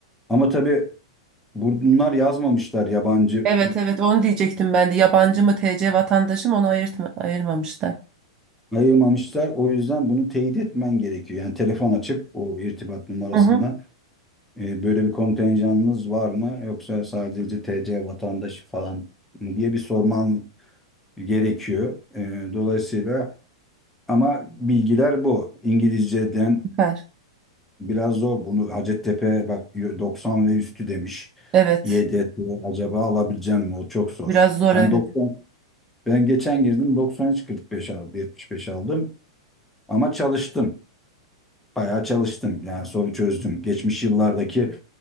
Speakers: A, in the centre; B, on the right (about 30°).
A: Ama tabii bunlar yazmamışlar yabancı
B: Evet evet onu diyecektim ben de. Yabancı mı TC vatandaşı mı onu ayırtma, ayırmamışlar.
A: e, ayırmamışlar. O yüzden bunu teyit etmen gerekiyor. Yani telefon açıp o irtibat numarasından
B: Hı hı.
A: E, böyle bir kontenjanınız var mı? Yoksa sadece TC vatandaşı falan mı diye bir sormam gerekiyor. E, dolayısıyla ama bilgiler bu. İngilizceden
B: Süper.
A: biraz zor. Bunu Hacettepe bak 90 ve üstü demiş.
B: Evet.
A: YDS acaba alabileceğim mi? O çok zor.
B: Biraz zor
A: Ben
B: evet.
A: 90 ben geçen girdim 93 45 aldım, 75 aldım ama çalıştım. bayağı çalıştım. Yani soru çözdüm. Geçmiş yıllardaki